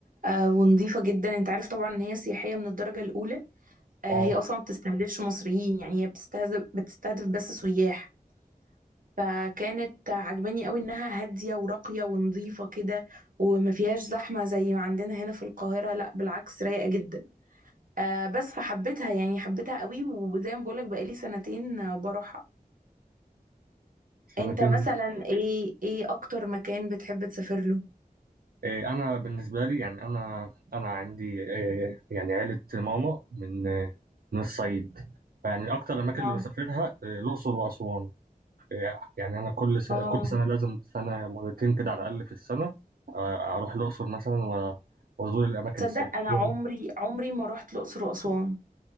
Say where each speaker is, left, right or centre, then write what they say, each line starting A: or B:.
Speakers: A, on the right; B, on the right.
A: آه ونظيفة جدا انت عارف طبعا ان هي سياحية من الدرجة الاولى آه
B: اه
A: هي اصلا ما بتستهدفش مصريين يعني هي بتستهدف بتستهدف بس سياح فكانت عجباني قوي انها هادية وراقية ونظيفة كده وما فيهاش زحمة زي ما عندنا هنا في القاهرة لا بالعكس رايقة جدا آه بس فحبيتها يعني حبيتها قوي وزي ما بقولك بقالي سنتين آه، بروحها
B: سنتين
A: انت مثلا ايه ايه اكتر مكان بتحب تسافر له
B: إيه، انا بالنسبه لي يعني انا انا عندي إيه، يعني عيله ماما من إيه، من الصعيد فيعني اكتر الاماكن اللي
A: اه
B: بسافرها إيه، الاقصر واسوان إيه، يعني انا كل س-
A: اه
B: كل سنه لازم سنه مرتين كده على الاقل في السنه آه، اروح الاقصر مثلا و- وازور الاماكن
A: تصدق
B: السياحيه
A: انا عمري عمري ما رحت الاقصر واسوان